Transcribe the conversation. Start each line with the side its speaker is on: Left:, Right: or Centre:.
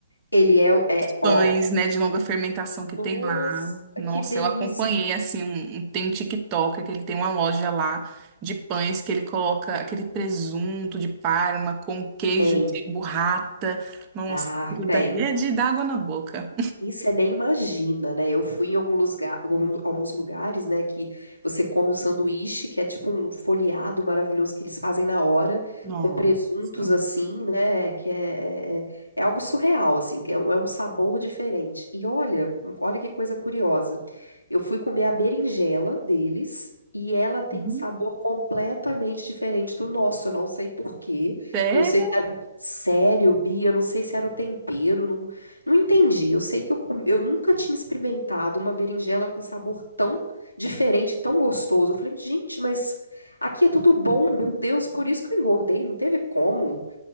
Left: Ele é, o- é,
Right: pães,
Left: ó,
Right: né, de longa fermentação
Left: nossa,
Right: que tem lá. Nossa,
Left: que delícia.
Right: eu acompanhei assim, um, um- tem um TikToker que ele tem uma loja lá de pães que ele coloca aquele presunto de Parma com queijo
Left: Tem.
Right: de burrata. Nossa,
Left: Ah,
Right: aquilo
Left: tem.
Right: dali é de dar água na boca.
Left: E você nem imagina, né? Eu fui em alguns lusga- algum- alguns lugares, né, que você come o sanduíche, que é tipo um folheado maravilhoso que eles fazem na hora,
Right: Nossa.
Left: com presuntos assim, né? Que é, é, é é algo surreal, assim, que é um, é um sabor diferente. E olha, olha que coisa curiosa. Eu fui comer a berinjela deles. E ela tem
Right: Uhum.
Left: um sabor completamente diferente do nosso. Eu não sei por quê.
Right: Sério?
Left: Eu não sei se era. Sério, Bia, eu não sei se era o tempero. não, não entendi. Eu sei que eu, com- eu nunca tinha experimentado uma berinjela com sabor tão diferente, tão gostoso. Eu falei, gente, mas aqui é tudo bom, meu Deus, por isso que eu engordei, não teve como.